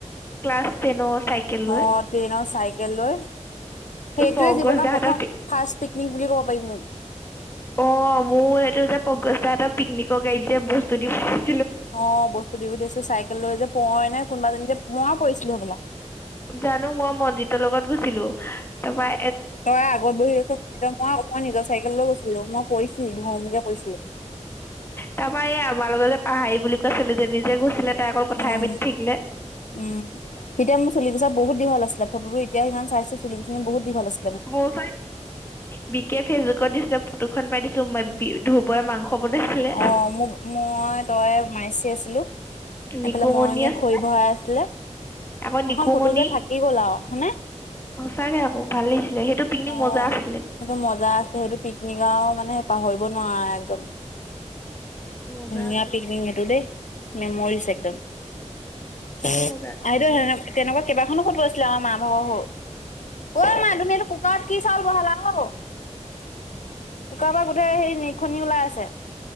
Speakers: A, on the left; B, on the left.
A: ক্লাছ টেনৰ চাইকেল লৈ
B: অ টেনৰ চাইকেল লৈ সেইটোৱে
A: পংকজ
B: জীৱনৰ
A: দাহঁতৰ
B: প্ৰথম ফাৰ্ষ্ট পিকনিক বুলি ক'ব পাৰি মোৰ
A: অ মোৰ সেইটো যে পংকজ দা হতৰ পিকনিকৰ গাড়ীত যে বস্তু দি পঠিয়াই
B: অ বস্তু দি পঠিয়াইছে চাইকেল লৈ যে মই নে কোনোবা এজনী যে মই পৰিছিলো হবলা
A: জানো মই মনজিতৰ লগত গৈছিলো তাৰপৰা
B: তই আগত বহি ৰৈছ মই মই মই নিজৰ চাইকেললৈ গৈছিলো মই পিছিলো ধমকে পৰি।
A: তাৰপা এই আমাৰ লগত যে পাহাৰী বুলি কৈছিলো যে নিজে গৈছিলে তাই অকল কথাই
B: উম
A: পাতি থাকিলে।
B: উম এতিয়া মোৰ চুলি কোছা বহুত দীঘল আছে ফটো এতিয়া সিমান চাই চুলিখিনি বহুত দীঘল আছে।
A: মই বিকে ফেচবুকত দিছিল। ফটোখন পাই দিছো মই ধুবই মাংস বনাইছিলে।
B: অ ম মই তই মাইচি আছিলো
A: নিকুমণি
B: এইফালে মৰমীয়ে
A: আছে
B: খৰি বহাই আছিলে।
A: আকৌ নিকুমণি।
B: এখন ফটো যে থাকি গ'ল আৰু হয়নে?
A: সঁচাকে আকৌ ভাল লাগিছিলে সেইটো পিকনিক
B: অ
A: মজা আছিলে
B: সেইটো মজা আছে সেইটো পিকনিক আৰু মানে সেই পাহৰিব নোৱাৰা একদম
A: মজা
B: ন
A: আছিলে।
B: পিকনিক সেইটো দেই মেমৰিছ একদম।
A: সঁচাকে
B: অ হ
A: মজা আছিলে সেইটো
B: দে তেনেকুৱা কেইবাখনো ফটো আছিলে আমাৰ মা ভাগৰ সৰু অ ম মা কুকাৰত কি চাউল বহালা অ কুকা পৰা গোটেই হেৰি নেকি খ ওলাই আছে